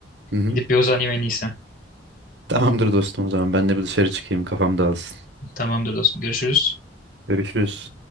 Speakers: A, on the right; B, on the left.
A: Hı hı.
B: Gidip bir uzanayım en iyisi.
A: Tamamdır dostum o zaman ben de bir dışarı çıkayım kafam dağılsın.
B: Tamamdır dostum. Görüşürüz.
A: Görüşürüz.